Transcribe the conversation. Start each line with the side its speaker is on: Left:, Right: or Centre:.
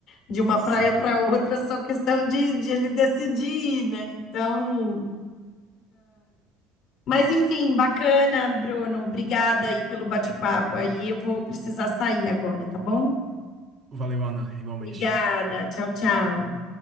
Left: de uma
Right: Sim.
Left: praia para outra, só questão de, de ele decidir, né? Então, mas enfim, bacana, Bruno. Obrigada aí pelo bate-papo. Aí eu vou precisar sair agora, tá bom?
Right: Valeu, Ana, igualmente.
Left: Obrigada. Tchau, tchau.